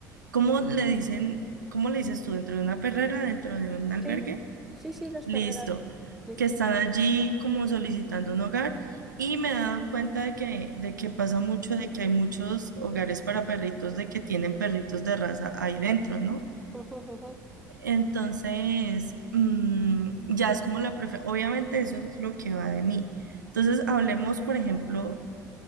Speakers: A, on the right; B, in the centre.
A: ¿cómo le dicen, cómo le dices tú, dentro de una perrera, dentro de un albergue?
B: Sí, sí, sí, las
A: Listo,
B: perreras. Sí.
A: que están allí como solicitando un hogar y me he dado cuenta de que, de que pasa mucho, de que hay muchos hogares para perritos, de que tienen perritos de raza ahí dentro, ¿no?
B: <laughs>
A: Entonces, mm, ya es como la preferencia, obviamente eso es lo que va de mí. Entonces, hablemos, por ejemplo,